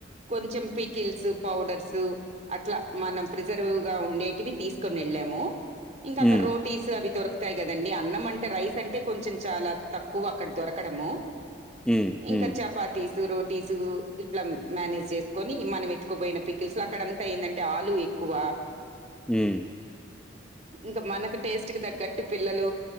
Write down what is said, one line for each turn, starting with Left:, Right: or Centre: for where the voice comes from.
Right: కొంచెం పీకిల్స్ పౌడర్స్ అట్లా మనం ప్రిజర్వ్ గా ఉండేటివి తీసుకొని వెళ్ళాము ఇంకా
Centre: హ్మ్.
Right: అక్కడ రోటీస్ అవి దొరకు కదండి అన్నం అంటే రైస్ అంటే కొంచెం చాలా తక్కువ అక్కడ దొరకడము
Centre: హ్మ్.
Right: ఇంకా
Centre: హ్మ్.
Right: చపాతీ స్ రోటీస్ ఇట్లా మేనేజ్ చేసుకుని మనం ఎత్తుకుపోయిన పికిల్స్ అక్కడంతా ఏంది అంటే ఆలు ఎక్కువ
Centre: హ్మ్.
Right: ఇంకా మనకు టేస్ట్ కు తగ్గట్టు పిల్లలు